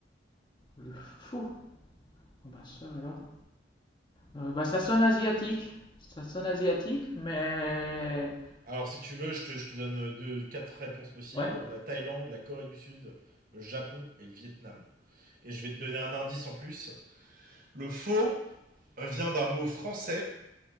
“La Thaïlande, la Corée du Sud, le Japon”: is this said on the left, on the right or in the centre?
Right